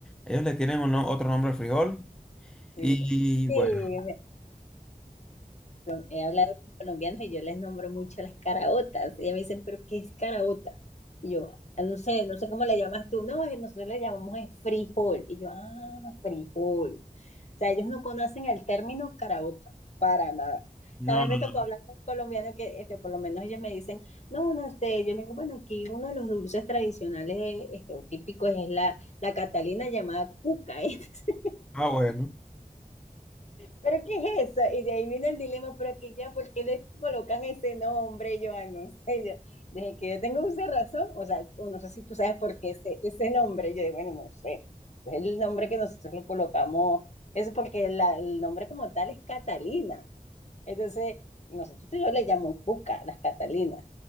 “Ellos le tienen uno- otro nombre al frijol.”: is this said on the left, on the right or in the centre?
Centre